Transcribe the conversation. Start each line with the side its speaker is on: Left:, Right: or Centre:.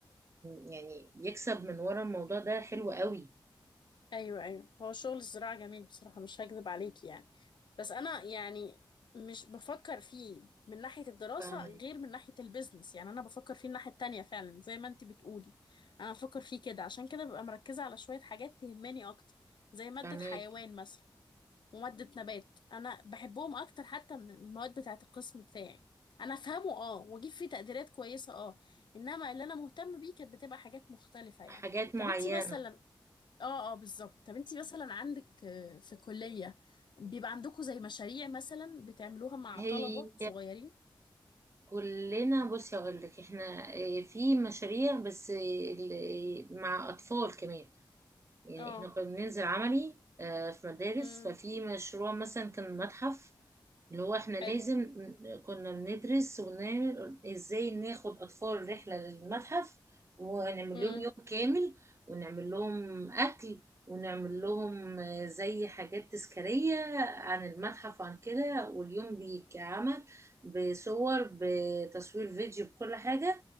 Right: يعني بيكسب من ورا الموضوع ده حلو قوي
Left: ايوه ايوه هو شغل الزراعه جميل بصراحه مش هكذب عليك يعني بس انا يعني مش بفكر فيه من ناحيه الدراسه
Right: فاهمك
Left: غير من ناحيه البيزنس يعني انا بفكر فيه الناحيه التانية فعلا زي ما انت بتقولي انا بفكر فيه كده عشان كده ببقى مركزه على شويه حاجات تهمني اكتر زي ماده
Right: فاهمك
Left: حيوان مثلا وماده نبات انا بحبهم اكتر حتى من المواد بتاعه القسم بتاعي انا افهمه اه واجيب فيه تقديرات كويسه اه انما اللي انا مهتم بيه كانت بتبقى حاجات مختلفه يعني
Right: حاجات معينة
Left: طب انتي مثلا اه اه بالظبط طب انتي مثلا عندك آه، في كلية بيبقى عندكم زي مشاريع مثلا بتعملوها مع
Right: هي
Left: طلبة صغيرين
Right: كلنا بصي اقول لك احنا آه، في مشاريع بس آه، ال- آه، مع اطفال كمان يعني
Left: اه
Right: احنا كنا بننزل عملي آه، في مدارس
Left: امم
Right: ففي مشروع مثلا كان متحف اللي هو احنا لازم
Left: حلو
Right: ن- كنا بندرس ونعمل ازاي ناخد اطفال رحلة للمتحف ونعمل
Left: امم
Right: لهم يوم كامل ونعمل لهم اكل ونعمل لهم آه، زي حاجات تذكارية عن المتحف وعن كده واليوم بيتعمل بصور بتصوير فيديو بكل حاجة